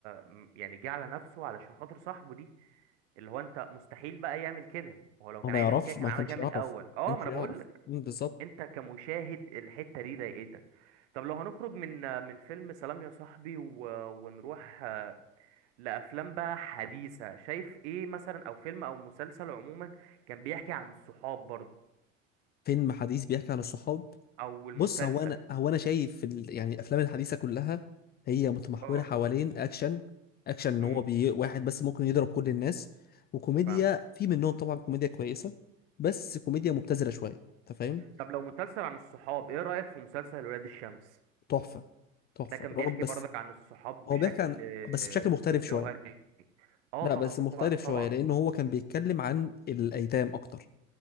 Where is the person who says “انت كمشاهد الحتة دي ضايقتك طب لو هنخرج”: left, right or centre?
Right